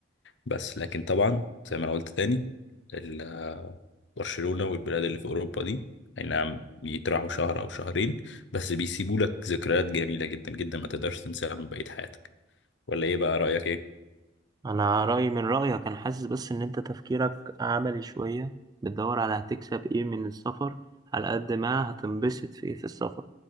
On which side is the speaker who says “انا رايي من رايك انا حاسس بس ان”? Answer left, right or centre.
Right